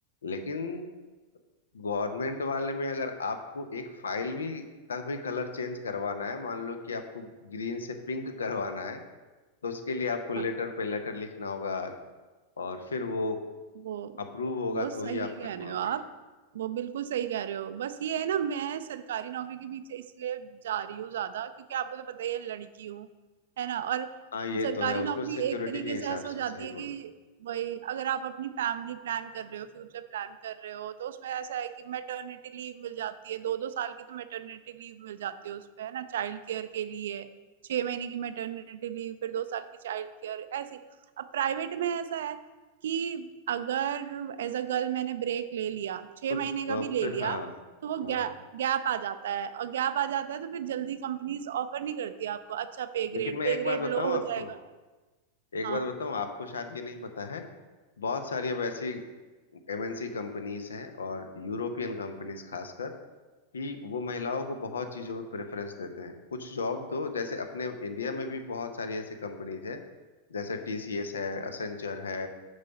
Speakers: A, on the left; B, on the right.
A: लेकिन गवर्नमेंट वाले में अगर आपको एक फाइल भी का भी कलर चेंज करवाना है मान लो कि आपको ग्रीन से पिंक करवाना है तो उसके लिए आपको लेटर
B: हाँ,
A: पे लेटर लिखना होगा और फिर वो
B: वो
A: अप्रूव होगा
B: वो
A: तो
B: सही
A: ही आप कर
B: कह रहे
A: पाओगे
B: हो आप वो बिल्कुल सही कह रहे हो बस ये है ना मैं सरकारी नौकरी के पीछे इसलिए जा रही हूँ ज्यादा क्योंकि आपको तो पता ही है लड़की हूँ है ना और
A: हाँ ये
B: सरकारी
A: तो है उसमें
B: नौकरी
A: सिक्योरिटी
B: एक तरीके
A: के हिसाब
B: से ऐसा हो
A: से
B: जाती
A: सही बोल
B: है कि
A: रहे
B: वही अगर आप अपनी फैमिली प्लान कर रहे हो फ्यूचर प्लान कर रहे हो तो उसमें ऐसा है कि मैटरनिटी लीव मिल जाती है दो दो साल की तो मैटरनिटी लीव मिल जाती है उसपे है ना चाइल्ड केयर के लिए छह महीने की मैटरनिटी लीव फिर दो साल की चाइल्ड केयर ऐसी अब प्राइवेट में ऐसा है कि अगर एज अ गर्ल मैंने ब्रेक ले लिया छह
A: हो तो,
B: महीने का
A: अ,
B: भी ले
A: फिर
B: लिया
A: हाँ
B: तो वो
A: हाँ
B: गैप
A: हाँ
B: गैप आ जाता है और गैप आ जाता है तो फिर जल्दी कंपनीज ऑफर नहीं करती आपको अच्छा पे
A: लेकिन
B: ग्रेड
A: मैं
B: पे
A: एक बात
B: ग्रेड
A: बताऊं
B: लो हो
A: आपको
B: जाएगा
A: एक
B: हाँ
A: बात बताऊं आपको शायद ये नहीं पता है बहुत सारी अब ऐसी एमएनसी कंपनीज हैं और यूरोपियन कंपनीज खासकर कि वो महिलाओं को बहुत चीजों में प्रेफरेंस देते हैं कुछ जॉब तो जैसे अपने इंडिया में भी बहुत सारी ऐसी कंपनीज है जैसे टीसीएस है असेंचर है